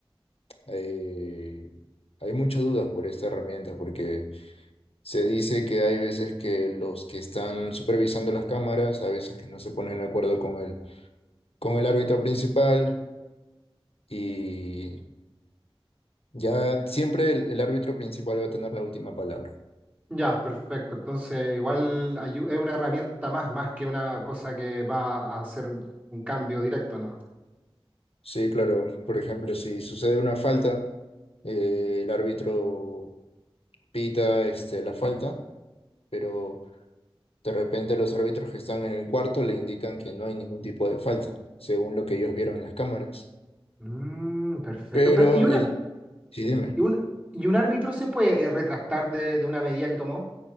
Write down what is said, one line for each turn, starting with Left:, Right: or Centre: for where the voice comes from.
Left: eh, hay muchas dudas por esta herramienta, porque se dice que hay veces que los que están supervisando las cámaras, a veces que no se ponen de acuerdo con el, con el árbitro principal y ya siempre el, el árbitro principal va a tener la última palabra.
Right: Ya, perfecto. Entonces, igual ayu- es una herramienta más, más que una cosa que va a hacer un, un cambio directo, ¿no?
Left: Sí, claro. Por ejemplo, si sucede una falta, eh, el árbitro pita este, la falta pero de repente los árbitros que están en el cuarto le indican que no hay ningún tipo de falta, según lo que ellos vieron en las cámaras.
Right: Mm, perfecto.
Left: Pero
Right: Pero, ¿y una,
Left: el... Sí, dime.
Right: y un, y un árbitro se puede eh, retractar de, de una medida que tomó?